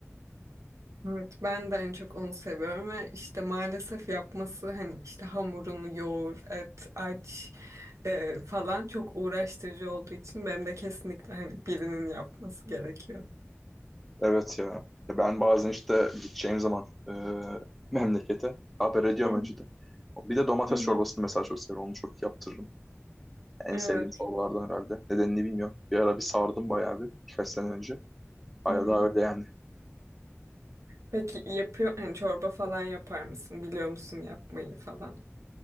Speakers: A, on the right; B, in the centre.
A: Evet ben de en çok onu seviyorum ve işte maalesef yapması hani işte hamurunu yoğur, et, aç e, falan çok uğraştırıcı olduğu için benim de kesinlikle hani birinin yapması gerekiyor.
B: Evet ya. Ya Ben bazen işte gideceğim zaman e, memlekete haber ediyorum
A: Hı hı.
B: önceden. Bir de domates
A: Hı hı.
B: çorbasını mesela çok seviyorum. Onu çok yaptırırım. En
A: Evet.
B: sevdiğim çorbalardan herhalde. Nedenini bilmiyorum. Bir ara bir sardım bayağı bir birkaç sene önce. Hala
A: Hı hı.
B: daha öyle yani.
A: Peki yapıyor hani çorba falan yapar mısın? Biliyor musun yapmayı falan?